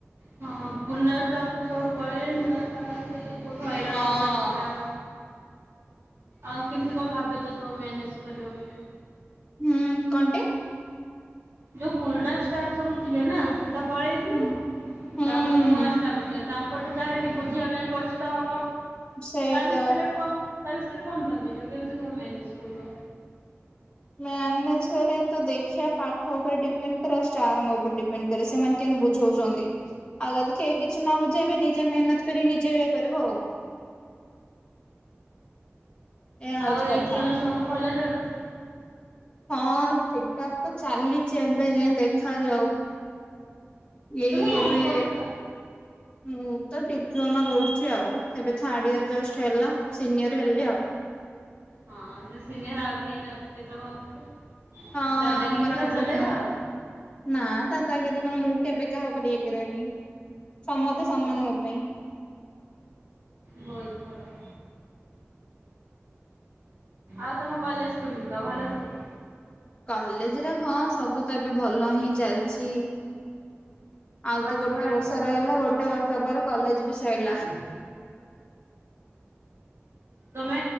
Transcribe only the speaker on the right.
ହଁ ପୁରୁଣା ଷ୍ଟାପ୍ ସବୁ ପଳେଇଲେ ନୂଆ ଷ୍ଟାପ୍ <unintelligible> ତ ବହୁତ ହଇରାଣ
ହବୁ ପାଠ ପଢ଼ା ପାଇଁ। ଆଉ କେମିତି କଣ ଭାବିଚ ସବୁ ମ୍ୟାନେଜ୍ କରିବ ବୋଲି?
ଯୋଉ ପୁରୁଣା ଷ୍ଟାପ୍ ସବୁ ଥିଲେ ନା ସେ ତ ପଳେଇଥିବେ।
ତାପରେ ନୂଆ ଷ୍ଟାଫ ଆସିଲେ ତାଙ୍କଠୁ ଯାହେଲେ ଟିକେ ବୁଝିବା ପାଇଁ କଷ୍ଟ ହବ।
ତା ବିଷୟରେ କଣ ତା ବିଷୟରେ କଣ ଭାବିଚ? କେମିତି ସବୁ ମ୍ୟାନେଜ୍ କରିବ?
ଆଉ
ଏଜ୍ଜାମ୍ ସବୁ ଭଲ ଯାଉଚି?
ତମେ କଣ
ପଢୁଛ?
ହଁ ତ ସିନିୟର ଆଉ କେହି ନଥିବେ ତମ ଉପରେ
ଦାଦାଗିରି ପୁରା
ଚଲେଇବ
ଆଉ।
ହଁ ବହୁତ ଭଲ। ଆଉ ତମ କଲେଜ କେମିତି କ ଭଲ ସବୁ?
ପାଠ
ପଢା
କେମିତି?
ତମେ